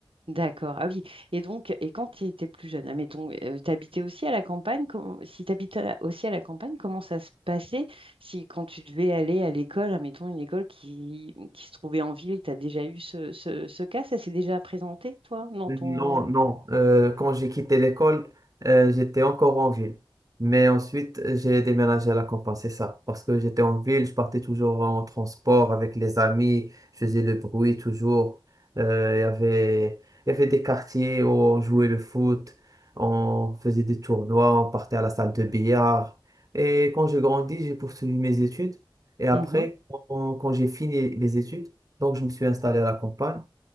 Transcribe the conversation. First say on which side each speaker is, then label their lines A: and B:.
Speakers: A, on the right; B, on the right.
A: D'accord. Ah oui. Et donc, et quand tu étais plus jeune, admettons, euh, t'habitais aussi à la campagne, com- si t'habitais aussi à la campagne, comment ça se passait si quand tu devais aller à l'école, admettons une école qui, qui se trouvait en ville, tu as déjà eu ce, ce, ce cas, ça s'est déjà présenté, toi, dans
B: Non,
A: ton...
B: non. Euh, quand j'ai quitté l'école, euh, j'étais encore en ville. Mais ensuite, j'ai déménagé à la campagne, c'est ça. Parce que j'étais en ville, je partais toujours en transport avec les amis, je faisais le bruit toujours. Euh, il y avait, il y avait des quartiers où on jouait le foot, on faisait des tournois, on partait à la salle de billard. Et quand j'ai grandi, j'ai poursuivi mes études. Et après,
A: Mhm.
B: quand quand j'ai fini les études, donc je me suis installé à la campagne.